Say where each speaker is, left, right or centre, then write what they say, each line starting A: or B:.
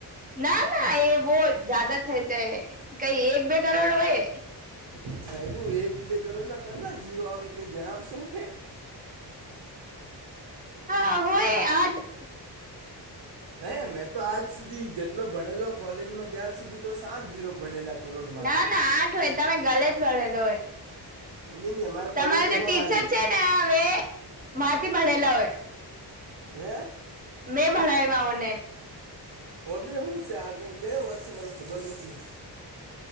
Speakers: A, on the right (about 20°); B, on the right (about 85°).
A: ના ના એ બહ જ જાદા થઈ જાય કઈ એક બે કરોડ હોય.
B: અચ્છા એવું એક બે કરોડ ના કતરા જીરો આવે કઈ જણાવશો કે.
A: હા હોય આઠ.
B: હે મેં તો આજ સુધી જેટલો ભણેલો કોલેજમાં ત્યાર સુધી તો સાત જીરો ભણેલા. કરોડમાં
A: ના
B: તો
A: ના આઠ હોય તમે ગલત ભણેલો હોય.
B: નહીં નહીં અમારે
A: તમારે
B: કોલેજ
A: તો
B: બહુ
A: ટીચર
B: સારી
A: છે ને હવે માથી ભણેલા હોય.
B: હૈ.
A: મેં ભણાવ્યા ઓને.
B: ઓને હું સ આ કંઈ. કયો વર્ડ છે મને ખબર નથી.